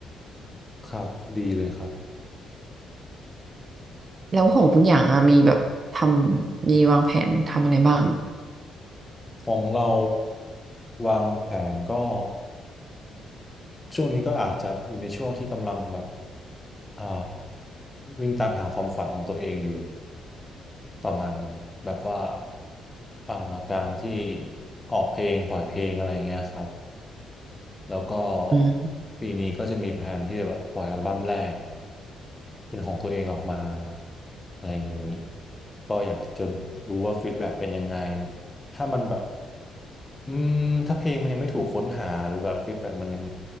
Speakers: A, on the left; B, on the right.
A: ครับดีเลยครับ
B: แล้วของคุณอย่างอะมีแบบทำมีวางแผนทำอะไรบ้าง
A: ของเราวางแผนก็ ช่วงนี้ก็อาจจะอยู่ในช่วงที่กำลังแบบเอ่อวิ่งตามหาความฝันของตัวเองอยู่ประมาณนั้นแบบว่าเอ่อการที่ออกเพลงปล่อยเพลงอะไรเงี้ยครับแล้วก็
B: อืม
A: ปีนี้ก็จะมีแพลนที่จะแบบปล่อยอัลบั้มแรกเป็นของตัวเองออกมาอะไรอย่างนี้ก็อยากจะรู้ว่าฟีดแบ็กเป็นยังไงถ้ามันแบบ อืมถ้าเพลงมันยังไม่ถูกค้นหาหรือแบบฟีดแบ็มันยัง